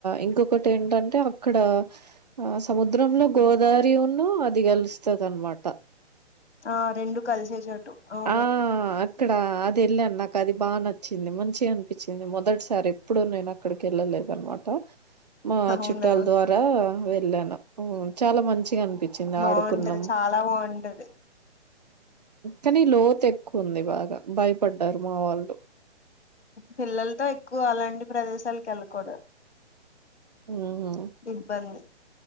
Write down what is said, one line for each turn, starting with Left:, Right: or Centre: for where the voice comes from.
Right: ఇంకొకటి ఏంటంటే అక్కడ ఆ సముద్రంలో గోదావరి వరి ఉన్ను అది కలుస్తది అనమాట
Left: ఆ రెండు కలిసే చోటు అవును
Right: ఆ అక్కడ అది వెళ్ళాను నాకు అది బాగా నచ్చింది మంచి అనిపించింది మొదటిసారి ఎప్పుడు నేను అక్కడికి వెళ్ళలేదు అనమాట మా
Left: అవునా
Right: చుట్టాల ద్వారా వెళ్ళాను చాలా మంచిగా అనిపించింది
Left: బాగుంటది
Right: ఆడుకున్నాం
Left: చాలా బాగుంటది
Right: కానీ లోతు ఎక్కువ ఉంది బాగా భయపడ్డారు మా వాళ్ళు
Left: పిల్లలతో ఎక్కువ అలాంటి ప్రదేశాలకి వెళ్ళకూడదు
Right: ఉ హు
Left: ఇబ్బంది